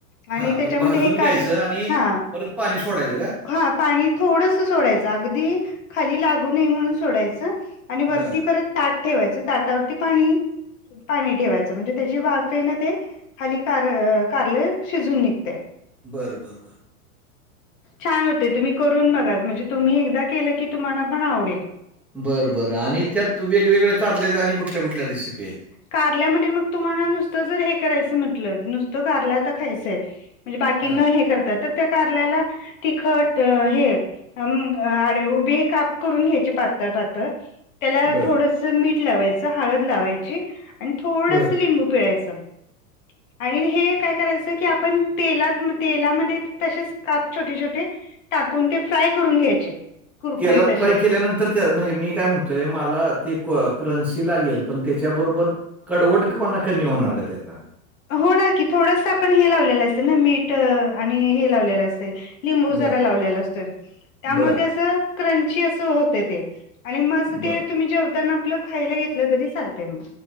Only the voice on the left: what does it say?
आणि
त्याच्यामध्ये
हे कारल
हा.
हा पाणी थोडस सोडायचं अगदी खाली लागू नाही म्हणून सोडायचं. आणि वरती
परत ताट ठेवायचं ताटावरती पाणी पाणी ठेवायचं म्हणजे त्याची बाफे ना ते खाली कार कारल शिजून निघते.
छान होते तुम्ही करून बघा म्हणजे तुम्ही एकदा केलं की तुम्हाला पण आवडेल.
कारल्यामध्ये मग तुम्हाला नुसतं जर हे करायचं म्हंटलं नुसतं कारला तर खायचंय म्हणजे बाकी
न हे करतात तर त्या कारल्याला तिखट हे म उभे हे काप करून घ्यायचे पातळ पातळ त्याला
थोडस मीठ लावायचं हळद लावायची आणि थोडस
लिंबू पिळायचं <inaudible> आणि हे काय करायचं की आपण तेलात तेलामध्ये तसेच काप छोटे छोटे टाकून ते फ्राय करून घ्यायचे. कुरकुरीत
असे
होणार की थोडस आपण हे लावलेलं असे ना मीठ आणि हे लावलेलं असेल लिंबू
जरा लावलेला असतोय त्यामध्ये
असं क्रंची असं होते ते आणि म अस ते
तुम्ही जेवताना आपलं खायला घेतलं तरी चालते मग